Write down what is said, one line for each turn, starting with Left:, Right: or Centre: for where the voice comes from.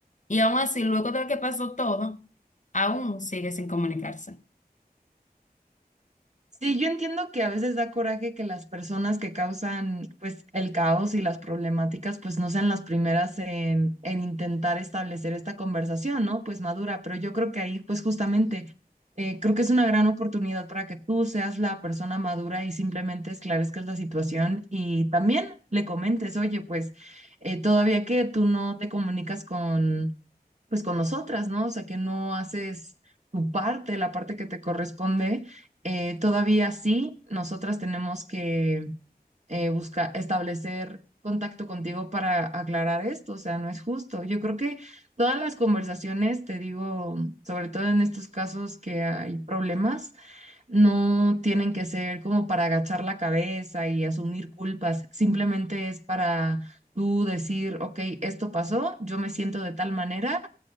Left: Y aún así, luego de que pasó todo, aún sigue sin comunicarse.
Right: Sí, yo entiendo que a veces da coraje que las personas que causan pues el caos y las problemáticas pues no sean las primeras en, en intentar establecer esta conversación, ¿no? Pues madura, pero yo creo que ahí pues justamente eh, creo que es una gran oportunidad para que tú seas la persona madura y simplemente esclarezcas la situación y también le comentes, oye, pues eh, todavía que tú no te comunicas con pues con nosotras, ¿no? O sea, que no haces tu parte, la parte que te corresponde. Eh, todavía sí, nosotras tenemos que eh, buscar, establecer contacto contigo para aclarar esto, o sea, no es justo. Yo creo que todas las conversaciones, te digo, sobre todo en estos casos que hay problemas, no tienen que ser como para agachar la cabeza y asumir culpas, simplemente es para tú decir, ok, esto pasó, yo me siento de tal manera